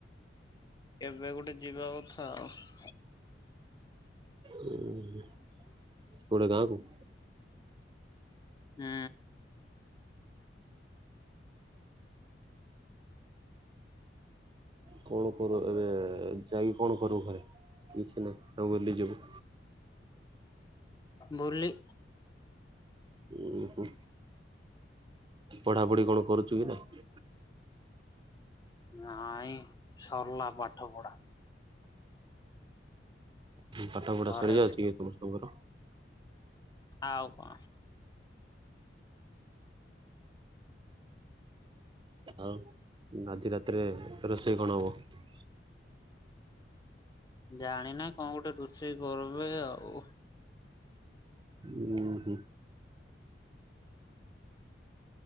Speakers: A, on the left; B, on the right.
A: ଏବେ ଗୋଟେ ଯିବା କଥା ଆଉ।
B: ଉ କୁଆଡେ ଗାଁକୁ?
A: ହୁଁ
B: କଣ କରୁ ଏବେ ଯାଇକି କଣ କରୁ ଘରେ କିଛି ନାହିଁ ଆଉ ବୁଲି ଯିବୁ?
A: ବୁଲି।
B: ଉ ହୁଁ ପଢାପଢି କଣ କରୁଛୁ କି ନାଇଁ?
A: ନାଇଁ ସର୍ଲା ପାଠ ପଢା।
B: ପାଠ ପଢା
A: ଘରେ
B: ସରିଯାଉଚି
A: ଅଛି
B: କି ସମସ୍ତଙ୍କର?
A: ଆଉ କଣ?
B: ଆଉ ଆଜି ରାତିରେ ରୋଷେଇ କଣ ହବ?
A: ଜାଣିନି କଣ ଗୋଟେ ରୋଷେଇ କରିବେ ଆଉ।
B: ଉଁ ହୁଁ।